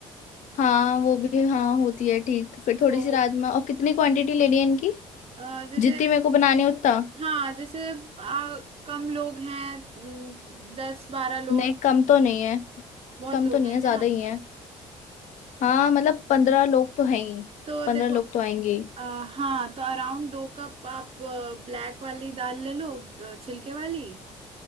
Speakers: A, on the left; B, on the right.
A: हाँ वो भी हाँ होती है ठीक तो फिर थोड़ी
B: तो
A: सी राजमा और कितनी क्वांटिटी लेनी है इनकी
B: अ, जैसे
A: जितनी मेरे को बनानी है उतना
B: हाँ जैसे आ, कम लोग हैं न, दस बारह लोग
A: नहीं कम तो नहीं है
B: बहुत
A: कम
B: लोग
A: तो नहीं
B: हैं
A: है
B: क्या
A: ज्यादा ही है हाँ मतलब पंद्रह लोग तो हैं ही
B: तो
A: पंद्रह
B: देखो
A: लोग तो आएंगे ही
B: अ, हाँ तो अराउंड दो कप आप ब्लैक वाली दाल ले लो अ, छिलके वाली